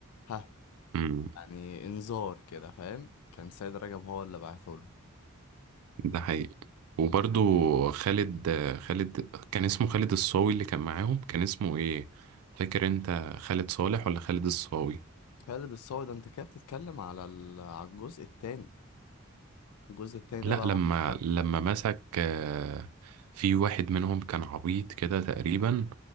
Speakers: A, on the left; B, on the right.
A: ها
B: امم
A: يعني انذار كده فاهم كان سيد رجب هو اللي بعته له
B: ده حقيقي وبرضو
A: كان
B: خالد خالد كان اسمه خالد الصاوي اللي كان معاهم كان اسمه ايه فاكر انت خالد صالح ولا خالد الصاوي
A: خالد الصاوي ده انت كده بتتكلم على ال- على الجزء التاني الجزء التاني
B: لا
A: ده بقى
B: لما
A: هو اللي كان
B: لما مسك آه، في واحد منهم كان عبيط كده تقريبا